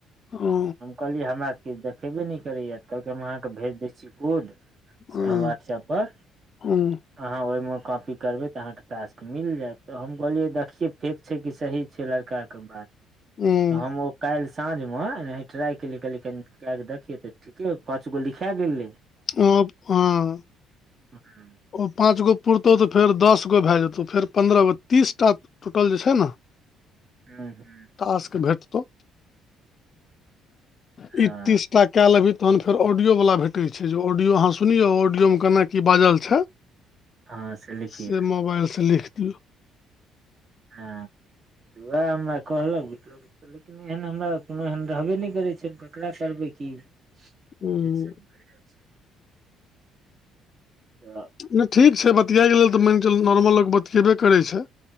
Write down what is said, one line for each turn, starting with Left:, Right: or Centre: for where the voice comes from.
Left: ओ
Right: हम कहलियै हमरा तऽ किछु देखेबे नहि करैएा तऽ कहलकै हम अहाँके भेज दै छी खुद
Left: हुँ
Right: से हम व्हाट्सऐप पर
Left: हुँ
Right: अहाँ ओहिमें कॉपी करबे तऽ अहाँके टाक्स मिल जायत त हम कहलियै देखिये फेक छै कि सही छै लड़का के बात तऽ
Left: हुँ
Right: हम ओ काल्हि साँझ मे एना ट्राई केलिय देखिये तऽ ठीके पाँच गो लिखा गेल
Left: <unintelligible>
Right: हूँ।
Left: ओ पाँच गो पुरतौ तऽ फेर दस गो भए जेतौ फेर पन्द्रह गो तीस टा टोटल जे छै ने <inaudible>
Right: हू हू
Left: टास्क भेटतौ।
Right: हँ
Left: इ तीसटा कै लेभी तहन फेर ऑडियोवला भेटैत छैय जे ऑडियो अहाँ सुनियौ ऑडियोमे केना की बाजल छैय
Right: हँ लिखियौ
Left: से मोबाइल से लिख दियौ।
Right: हँ वैह हमरा कहलक बिक्रम लेकिन एहन हमरा कोनो एहन रहबे नहि करै छैक क एकरा करबै की <unintelligible>
Left: हूं
Right: तऽ
Left: नहि ठीक छैय बतियायलेल तऽ मैन चलु नॉर्मल लोक बतिेबे करै छैय।